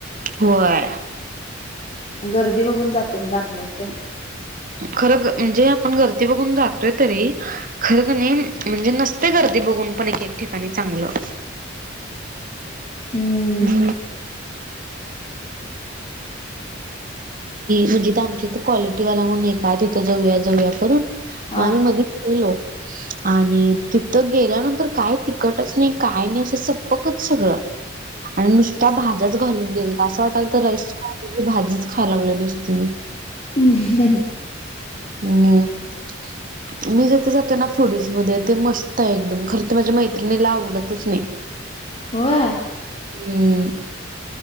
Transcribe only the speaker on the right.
होय!
खरं ग म्हणजे आपण गर्दी बघून जातोय तरी खरं कणी. म्हणजे नसतय गर्दी बघून पण एक एक ठिकाणी चांगलं.
<unintelligible> कि म्हणजे इथं आमच्या इथ क्वालिटी वाला म्हणून एक हाय तिथं जाऊया, जाऊया करून
म आम्ही मधी. हेलो! आणि तिथं गेल्यानंतर काय तिकटच नाही काय नाही, असं सप्पकच सगळं. आणि नुसत्या भाज्याच घालून दिलतं असं वाटालतं राईसच्या ऐवजी भाजीच खायां लागलोय नुसती मी.
<inaudible> मी जीथे जाते ना फुडीज मध्ये ते मस्त आहे एकदम खरं तर माझ्या मैत्रिणीला आवडतच नही. <inaudible>
<inaudible>